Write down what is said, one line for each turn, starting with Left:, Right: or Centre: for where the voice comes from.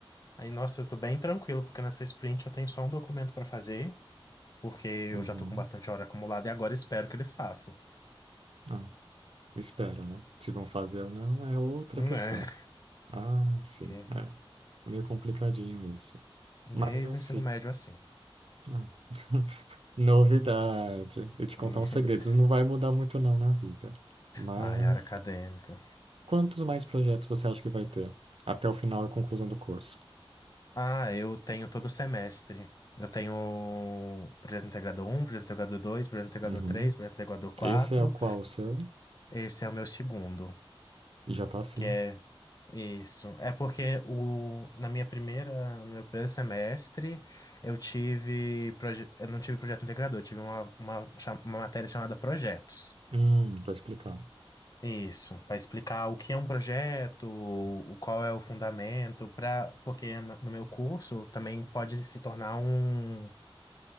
Left: Aí, nossa, eu tô bem tranquilo, porque nessa sprint eu tenho só um documento pra fazer, porque eu
Right: Uhum.
Left: já tô com bastante hora acumulada e agora espero que eles façam.
Right: Ah, espera, né? Se vão fazer ou não é outra
Left: Né?
Right: questão. Ah, sim.
Left: Porque
Right: É. É meio complicadinho isso.
Left: Desde
Right: Mas em si.
Left: o ensino médio assim.
Right: ah, <laughs> Novidade. E te contar
Left: <laughs>
Right: um segredo. Não vai mudar muito não na vida. Mas.
Left: Ai, área acadêmica.
Right: Quantos mais projetos você acha que vai ter até o final e conclusão do curso?
Left: Ah, eu tenho todo semestre. Eu tenho projeto integrador um, projeto integrador 2, projeto integrador
Right: Uhum.
Left: 3, projeto integrador 4.
Right: Esse é o qual o seu?
Left: Esse é o meu segundo.
Right: E já tá assim.
Left: Que é isso. É porque o, na minha primeira, no meu primeiro semestre, eu tive, proje- eu não tive projeto integrador, eu tive uma, uma, cha- uma matéria chamada projetos.
Right: Hum, pra explicar.
Left: Isso, para explicar o que é um projeto, o qual é o fundamento, para porque na- no meu curso também pode se tornar um,